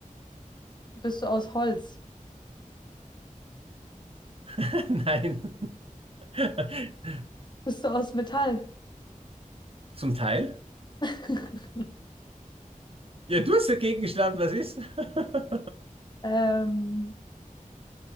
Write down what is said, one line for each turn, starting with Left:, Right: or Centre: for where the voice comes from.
Left: bist du aus Holz?
Right: <laughs> Nein. <laughs>
Left: Bist du aus Metall?
Right: Zum Teil.
Left: <laughs>
Right: Ja, du hast dagegen geschlagen, was ist? <laughs>
Left: ähm,